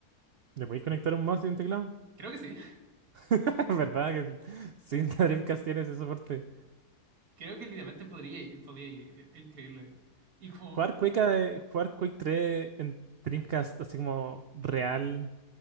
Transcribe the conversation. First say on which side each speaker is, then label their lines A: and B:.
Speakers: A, on the right; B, on the right.
A: ¿Le podéis conectar un mouse y un teclado?
B: Creo que sí. <laughs>
A: <laughs> ¿Verdad que el- sí, la Dreamcast tiene ese soporte?
B: Creo que literalmente podría ir, podría ir. Es increíble. Y como,
A: Jugar Quake, eh, jugar Quake 3 en Dreamcast, así como real,